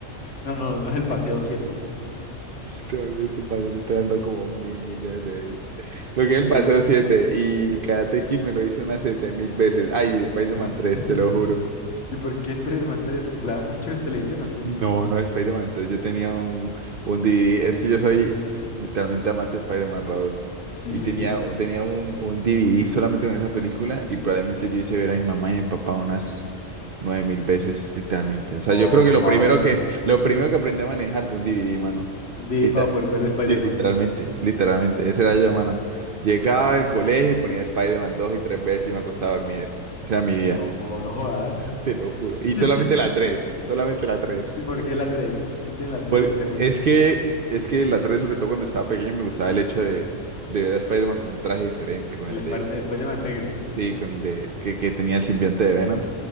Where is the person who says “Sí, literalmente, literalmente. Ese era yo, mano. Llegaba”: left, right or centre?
Right